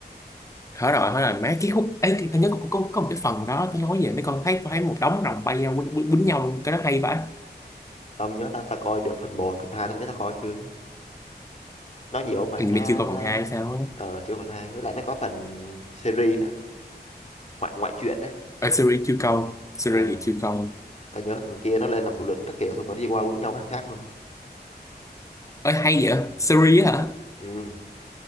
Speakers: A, on the left; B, on the left.
A: thở rồi hỏi là mấy cái khúc ấy thì tôi nhớ có, có, có một cái phần đó tôi nói về mấy con thấy tôi thấy một đống rồng bay nhau quýnh, quýnh, quýnh nhau luôn cái đó hay phải
B: tao không nhớ tao tao coi được phần một, phần 2 tao nhớ tao coi chưa nữa nó nhiều lắm mày
A: hình
B: nó
A: như mày chưa coi phần hai sao á
B: ờ chưa phần 2. với lại nó có phần series nữa ngoại ngoại truyện đấy
A: ở series chưa coi series
B: ờ
A: thì chưa coi
B: tao nhớ thằng kia nó lên làm thủ lĩnh các kiểu thôi nó đi qua quýnh nhau với thằng khác luôn
A: ơi hay vậy series á hả
B: ừ